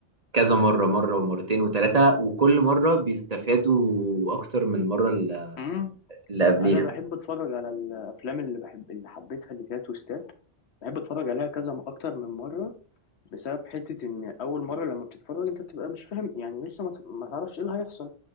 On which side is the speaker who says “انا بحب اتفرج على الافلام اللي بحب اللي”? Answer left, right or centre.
Left